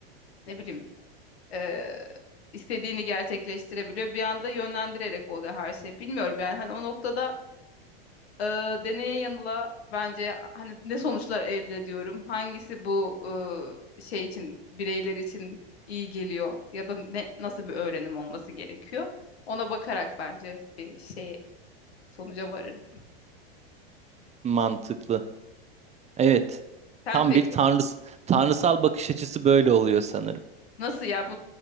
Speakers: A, on the left; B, on the right.
A: ne bileyim e, istediğini gerçekleştirebiliyor. Bir anda yönlendirerek oluyor her şey. Bilmiyorum yani hani o noktada e, deneye yanıla bence hani ne sonuçlar elde ediyorum? Hangisi bu e, şey için bireyler için iyi geliyor ya da ne nasıl bir öğrenim olması gerekiyor? Ona bakarak bence bir şey sonuca varırım.
B: Mantıklı. Evet.
A: Sen
B: Tam
A: peki
B: bir tanrıs tanrısal bakış açısı böyle oluyor sanırım.
A: nasıl ya bu